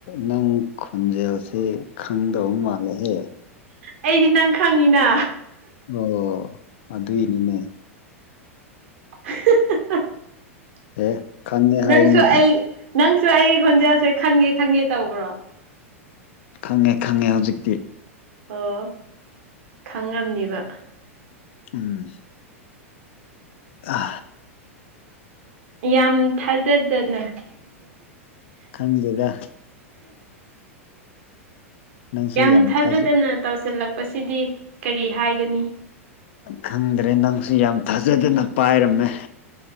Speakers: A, on the left (about 55°); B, on the right (about 60°).
A: ꯅꯪ ꯈꯨꯟꯖꯁꯦ ꯈꯪꯗꯧ ꯃꯥꯜꯂꯦꯍꯦ
B: ꯑꯩꯗꯤ ꯅꯪ ꯈꯪꯉꯤꯅ
A: ꯑꯣ ꯑꯗ ꯏꯅꯤꯅꯦ
B: <inaudible>
A: ꯑꯦꯦ ꯈꯪꯉꯦ ꯍꯥꯏꯒꯅ
B: ꯅꯪꯁꯨ ꯑꯩ ꯅꯪꯁꯨ ꯑꯩꯒꯤ ꯈꯣꯟꯖꯦꯜꯁꯦ ꯈꯪꯒꯦ ꯈꯪꯒꯦ ꯇꯧꯕ꯭ꯔꯣ
A: ꯈꯪꯉꯦ ꯈꯪꯉꯦ ꯍꯧꯖꯤꯛꯇꯤ
B: ꯑꯣ ꯈꯪꯉꯝꯅꯤꯕ
A: ꯎꯝ ꯑ
B: ꯌꯥꯝ ꯊꯥꯖꯗꯅ
A: ꯈꯪꯕꯒ ꯅꯪꯁꯨ
B: ꯌꯥꯝ ꯊꯥꯖꯗꯅ
A: ꯊꯥꯖ
B: ꯇꯧꯁꯤꯜꯂꯛꯄꯁꯤꯗꯤ ꯀꯔꯤ ꯍꯥꯏꯒꯅꯤ
A: ꯈꯪꯗ꯭ꯔꯦ ꯅꯪꯁꯨ ꯌꯥꯝ ꯊꯥꯖꯗꯅ ꯄꯥꯏꯔꯃꯦ